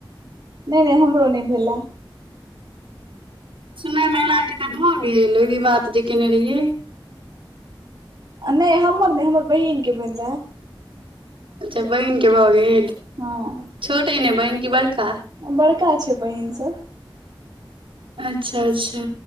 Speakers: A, on the right (about 50°); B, on the right (about 80°).
A: नै नै हमरो नहि भेलए।
B: सुन में ऐल अहाँ के त भऽ गेल ओही बात जे केने रहियै।
A: नै हमर नहि हमर बहिन के भेल रहे।
B: अच्छा बहिनके भऽ गेल
A: हँ
B: छोट अइ ने बहिन कि बड़का?
A: बड़का छै बहिन सब।
B: अच्छा अच्छा।